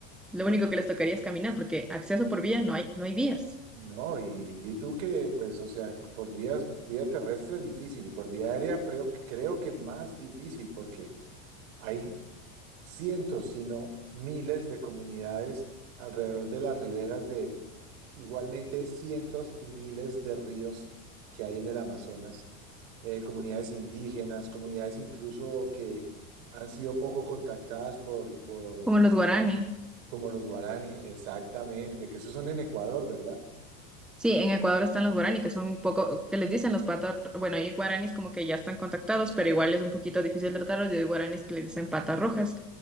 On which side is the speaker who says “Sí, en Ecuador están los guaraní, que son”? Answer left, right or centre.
Centre